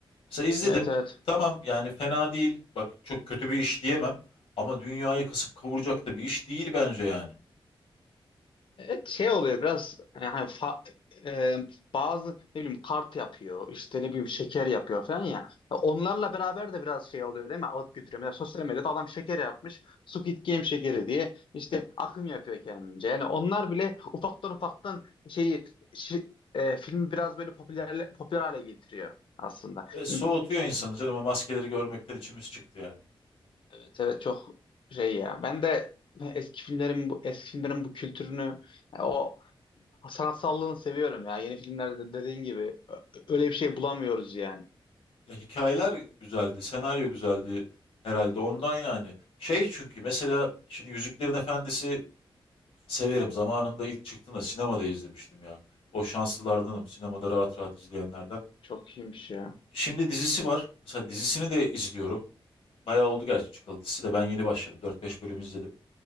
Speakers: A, on the left; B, on the left.
A: Mesela izledim.
B: Evet evet.
A: Tamam yani fena değil. Bak çok kötü bir iş diyemem. Ama dünyayı kasıp kavuracak da bir iş değil bence yani.
B: Evet şey oluyor biraz yani hani fa- e, bazı ne bileyim kart yapıyor işte ne bileyim şeker yapıyor falan ya. Ya Onlarla beraber de biraz şey oluyor değil mi? Alıp götürüyor. Mesela sosyal medyada adam şeker yapmış. Squid Game şekeri diye işte akım yapıyor kendince. Yani onlar bile ufaktan ufaktan şeyi şi- e, filmi biraz böyle popüler popüler hale getiriyor aslında.
A: E, soğutuyor
B: Yani
A: insanı canım o maskeleri görmekten içimiz çıktı yani.
B: evet evet çok şey ya. Ben de eski filmlerin bu eski filmlerin bu kültürünü o Sanatsallığını seviyorum ya. Yeni filmlerde de dediğin gibi ö- öyle bir şey bulamıyoruz yani.
A: Ya, hikayeler güzeldi, senaryo güzeldi herhalde ondan yani. Şey çünkü mesela şimdi Yüzüklerin Efendisi severim. Zamanında ilk çıktığında sinemada izlemiştim ya. O şanslılardanım sinemada rahat rahat izleyenlerden.
B: Çok iyiymiş ya.
A: Şimdi dizisi var. Mesela dizisini de izliyorum. Bayağı oldu gerçi çıkalı dizisi de ben yeni başladım. dört beş bölüm izledim.